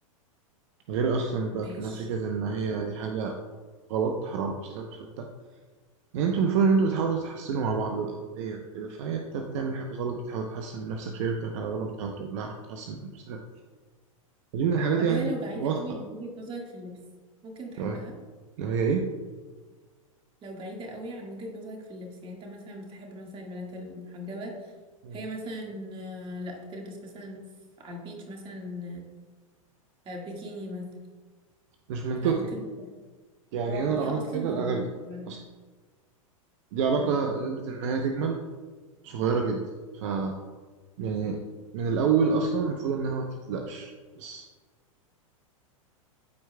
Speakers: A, on the right (about 60°); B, on the right (about 30°).
A: غير أصلا
B: ماشي
A: بقى كمان فكرة إن هي دي حاجة غلط حرام أصلا فأنت يعني أنتوا المفروض إن أنتوا بتحاولوا تتحسنوا مع بعض دينيا وكده فهي أنت بتعمل حاجة غلط بتحاول تحسن من نفسك شايف بتعمل حاجة غلط بتحاول تقولها عشان تحسن من نفسك ودي من الحاجات
B: طب
A: يعني
B: هي لو بعيدة
A: الواضحة
B: قوي عن وجهة نظرك في اللبس ممكن تحبها
A: لو هي لو هي إيه
B: لو بعيدة قوي عن وجهة نظرك في اللبس يعني انت مثلا بتحب مثلا البنات المحجبة
A: مم.
B: هي مثلا آه، لا بتلبس مثلا ف- على البيتش مثلا آه، بيكيني مثلا
A: مش منطقي
B: هل ممكن ت-
A: يعني
B: تعجب
A: أنا
B: بيها
A: لو عملت
B: اصلا
A: كده أبقى
B: ولا
A: غبي
B: ولا
A: أصلا دي علاقة
B: مم.
A: نسبة إن هي تجمل صغيرة جدا ف يعني من الأول أصلا المفروض إنها ما تبتدأش بس